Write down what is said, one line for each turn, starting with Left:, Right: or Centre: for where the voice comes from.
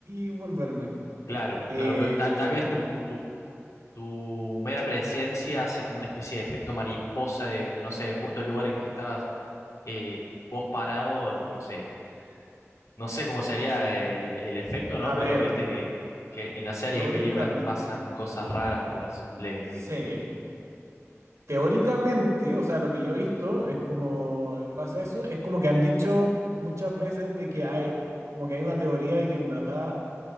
Right: y volverme.
Left: claro,
Right: Eh,
Left: claro, pero tal, tal vez tu, tu Tu mera presencia hace como una especie de efecto mariposa de, no sé, justo el lugar en que estabas eh, vos parado, no sé, no sé cómo sería el, el efecto, ¿no?
Right: a
Left: Pero
Right: ver.
Left: viste que, que en las series
Right: Teóricamente,
Left: y películas pasan cosas raras por simplemente...
Right: sí. Teóricamente, o sea, lo que yo he visto es como, en base a eso, es como que han dicho muchas veces de que hay, como que hay una teoría de que en verdad,